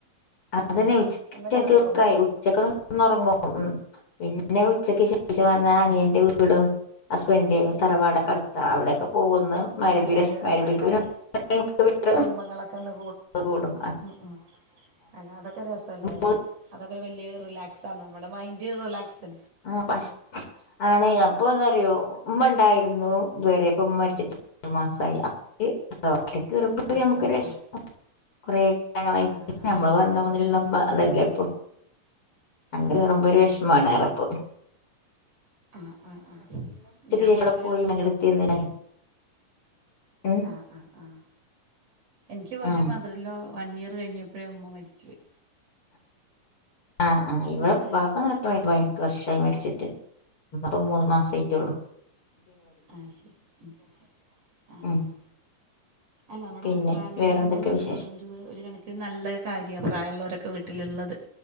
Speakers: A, on the left; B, on the right.
A: അതന്നെ ഉച്ചക്ക്
B: ഒന്ന് കിടന്നുറങ്ങും
A: ഒക്കെ ആയി ഉച്ചക്കൊന്ന് ഉറങ്ങും ഉം പിന്നെ ഉച്ചക്ക് ശേ - ച് പറഞ്ഞ അനിയന്റെ
B: ആഹ് ആഹ്
A: വീടും ഹസ്ബെൻ്റ്ൻ്റെ തറവാടൊക്കെ അടുത്ത അവിടെയൊക്കെ പോകൊന്നു മഗ്രിബിടെ
B: എല്ലാവരും
A: മഗ്രിബിക്ക്
B: അപ്പം എല്ലാവരും
A: പിന്നെ <unintelligible>
B: കുടുംബങ്ങളൊക്കെ ഒന്ന്
A: കൂടും ആ
B: ഉം അല്ല അതൊക്കെ രസല്ലേ അല്ലേ
A: പോകും
B: അതൊക്കെ വലിയ റിലാക്സാണ് നമ്മുടെ മൈൻഡ് ദി റിലാക്സ്
A: ആഹ് പക്ഷെ ആണ് അപ്പൊന്നറിയോ ഉമ്മ ഉണ്ടായിരുന്നു ഇതുവരെ ഇപ്പം ഉമ്മ മരിച്ചിട്ട് ഒരുമാസമായി <unintelligible>
B: ആ
A: നമുക്ക്
B: ആ
A: വെഷമം
B: ആ
A: കുറെ അങ്ങനെ
B: ആ അതെ
A: നമ്മള്
B: അതെ
A: വന്ന മുതലുള്ള
B: ആ
A: ഉമ്മ അതല്ലേ ഇപ്പൊ അങ്ങട്
B: ആ
A: കേറുമ്പോ
B: അതെ
A: ഒരു
B: അതെ
A: വിഷമാണ്റയുപ്പോ
B: ആഹ് ആഹ് ആഹ് ഞാൻ
A: ശേഷം
B: പക്ഷെ
A: അവിടെ
B: അത്
A: <unintelligible> ഉം
B: ആഹ്, ആഹ്, ആഹ് എനിയ്ക്ക് പക്ഷെ
A: ആഹ്
B: മദറിൻല്ലോ വൺ ഇയർ കഴിഞ്ഞപ്പോഴേ ഉമ്മ മരിച്ചു പോയി.
A: ആഹ്, ആഹ് ഇവടെ
B: അത്
A: ബാപ്പ നേർത്തമായി പയിനെട്ട് വർഷായി മരിച്ചിട്ട്. മ്മ പ്പം മൂന്ന് മാസായി ട്ടൊള്ളു.
B: ആയ് ശരി. ഉം ആഹ്,
A: ഉം
B: ആഹ് അല്ല നമ്മടെ
A: പിന്നെ
B: പ്രായുള്ളവരൊക്കെ
A: വേറെന്തൊക്കെ
B: നമ്മടെ വീട്ടിൽ
A: വിശേഷം
B: ള്ളത് ഒരു ഒരു കണക്കിന് നല്ല കാര്യാ പ്രായള്ളോരൊക്കെ വീട്ടില്ള്ളത്.